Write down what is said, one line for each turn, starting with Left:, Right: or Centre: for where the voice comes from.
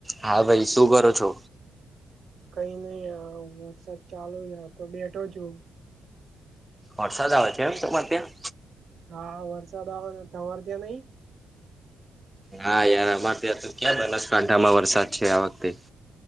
Centre: હા ભાઈ શું કરો છો
Right: કઈ નઈ વરસાદ ચાલુ છે તો બેઠો છુ
Centre: વરસાદ આવે છે એમ તમારે ત્યાં
Right: હા વરસાદ આવવાને તવાર તયા નહીિ
Centre: હા યાર અમારે ત્યાં તો ક્યાં બનાસકાંઠામાં વરસાદ છે આ વખતે